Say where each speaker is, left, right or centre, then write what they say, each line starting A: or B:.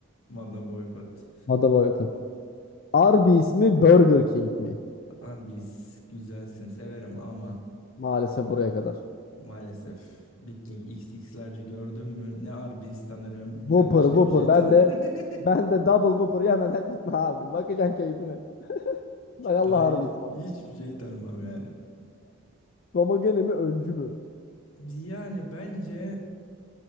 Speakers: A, on the left (about 80°); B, on the left (about 45°).
A: Moda boykot.
B: Mado var yok. Arby's mi Burger King mi?
A: Arby's güzelsin severim ama
B: Maalesef buraya kadar.
A: maalesef Big King XX'lerci gördüm mü ne Arby's tanırım
B: Whopper
A: ne başka
B: Whopper
A: bir şey
B: ben
A: tanırım.
B: de ben
A: <laughs>
B: de double Whopper yemeden <laughs> gitme abi. Bakacaksın keyfine. Hay Allah
A: Daha hiç-
B: Arby's valla.
A: hiçbir şey tanımam yani.
B: Domagene mi öncü mü?
A: Yani bence